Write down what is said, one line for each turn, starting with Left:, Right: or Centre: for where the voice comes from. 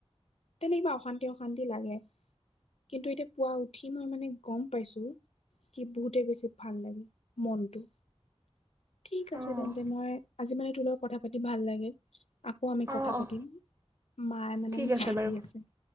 Left: তেনেকুৱা অশান্তি অশান্তি লাগে কিন্তু এতিয়া পুৱা উঠি মই মানে গম পাইছো কি বহুতে বেছি ভাল লাগে মনটো ঠিক আছে
Right: অঁ
Left: তেন্তে মই আজি মানে তোৰ লগত কথা পাতি ভাল লাগে আকৌ আমি
Right: অঁ
Left: কথা
Right: অঁ
Left: পাতিম মায়ে মানে
Right: ঠিক
Left: মোক ফাতি
Right: বাৰু
Left: আছে